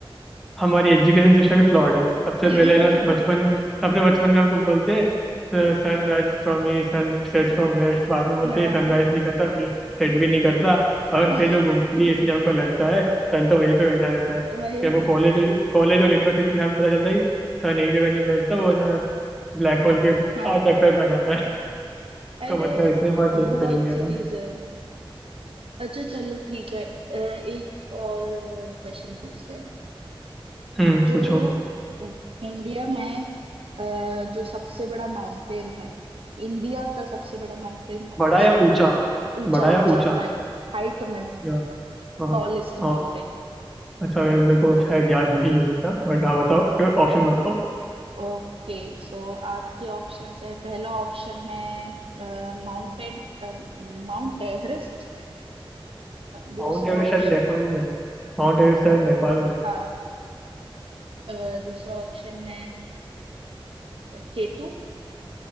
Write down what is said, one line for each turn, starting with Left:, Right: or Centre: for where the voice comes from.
Centre: हमारी एजुकेशन सिस्टम ही फ्लॉड है सबसे
Right: <laughs>
Centre: पहले ना बचपन में सबसे बचपन में हमको बोलते हैं sunrise is from east sunset from west बाद में बोलते
Right: हाँ
Centre: हैं सनराइज नहीं करता सेट भी नहीं करता अर्थ
Right: <laughs>
Centre: है जो घूमती है इसलिए हमको लगता है सन तो वहीं पे बैठा रहता है
Right: वही
Centre: फिर हमको
Right: तो
Centre: कॉलेज कॉलेज और यूनिवर्सिटी के सामने पता चलता है कि सन एक जगह नहीं बैठता वो ना ब्लैक होल के चार
Right: हाँ
Centre: चक्कर लगाता है <laughs>
Right: अरे
Centre: तो मतलब इतने बार
Right: अ,
Centre: चेंज
Right: बहुत
Centre: करेंगे ये
Right: सी
Centre: लोग
Right: चीजें हैं अच्छा चलो ठीक है अ, एक और क्वेश्चन पूछते हैं
Centre: हम्म
Right: जो
Centre: पूछो
Right: इंडिया में अ, जो सबसे बड़ा माउंटेन है इंडिया का सबसे बड़ा माउंटेन कौन
Centre: बड़ा या
Right: सा है
Centre: ऊंचा
Right: ऊंचा
Centre: बड़ा या
Right: ऊंचा
Centre: ऊंचा
Right: लाइक हाइट में
Centre: या हाँ
Right: टॉलेस्ट
Centre: हाँ
Right: माउंटेन
Centre: अच्छा ये मेरे को शायद याद नहीं है बता बट हाँ बताओ ऑप्शन बताओ
Right: ओके सो आपके ऑप्शंस है पहला ऑप्शन है माउंटेन माउंट एवरेस्ट दूसरा
Centre: माउंट एवरेस्ट
Right: ऑप्शन
Centre: शायद नेपाल में है। माउंट एवरेस्ट शायद नेपाल में
Right: हाँ अ, दूसरा ऑप्शन है केटू